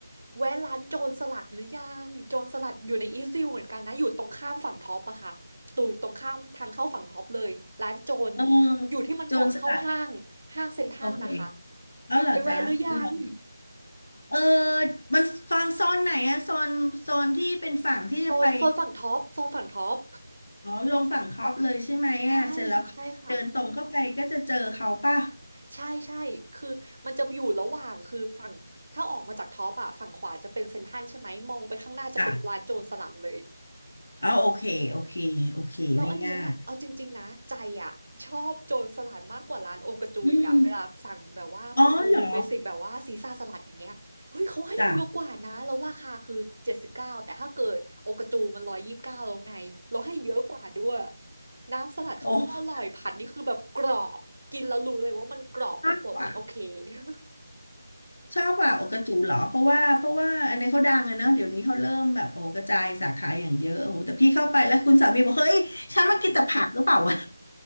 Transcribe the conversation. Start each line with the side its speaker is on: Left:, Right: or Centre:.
Right: แวะร้านโจรสลัดหรือยังโจรสลัดอยู่ในอีสต์วิวเหมือนกันนะอยู่ตรงข้ามฝั่งท็อปอะค่ะตู่ตรงข้ามทางเข้าฝั่งท็อปเลยร้านโจร
Left: เออ
Right: อยู่ที่มันก่อนเข้าห้างห้างเซ็นทรัลนะคะ
Left: โจรสลัดโอเคแล้วเหรอจ๊ะเหรอ
Right: ไปแวะหรือยัง
Left: เออมันฟังโซนไหนอะโซนโซนที่เป็นฝั่งที่จะไป
Right: โซนโซนฝั่งท็อปโซนฝั่งท็อป
Left: อ๋อลงฝั่งคอปเลยใช่ไหมอะเสร็จแล้วเดินตรงเข้าไปก็จะเจอเขาป่ะ
Right: ใช่ใช่ค่ะใช่ใช่คือมันจะอยู่ระหว่างคือฝั่งถ้าออกมาจากท็อปอะฝั่งขวาจะเป็นเซ็นทรัลใช่ไหมมองไปข้างหน้าจะเป็นร้านโจรสลัดเลย
Left: ค่ะอ๋อโอเคโอเคโอเคไม่ยาก
Right: แล้วอันเนี้ยเอาจริงๆนะใจอะชอบโจรสลัดมากกว่าร้านโอกาจูอีกอะเวลาสั่งแบบว่าเมนูเบสิกแบบว่าซีซ่าสลัดอย่างเงี้ยเฮ้ยเขาให้เยอะกว่านะแล้วราคาคือเจ็ดสิบเก้าแต่ถ้าเกิดโอกาจูมันร้อยยี่สิบเก้าแล้วไงเราให้เยอะกว่าด้วย
Left: อืมอ๋อเหรอจ้ะ
Right: น้ำสลัดเขาก็อร่อยผัดนี่คือแบบกรอบกินแล้วรู้เลยว่ามันกรอบมันสดมันโอเค
Left: โอ้ชอบกว่า
Right: <laughs>
Left: ชอบกว่าโอกระจูเหรอเพราะว่าเพราะว่าอันนี้เขาดังอะเนาะเดี๋ยวนี้เขาเริ่มแบบโอ้โหกระจายสาขาอย่างเยอะโอ้โหแต่พี่เข้าไปแล้วคุณสามีบอกเฮ้ยฉันมากินแต่ผักหรือเปล่าวะ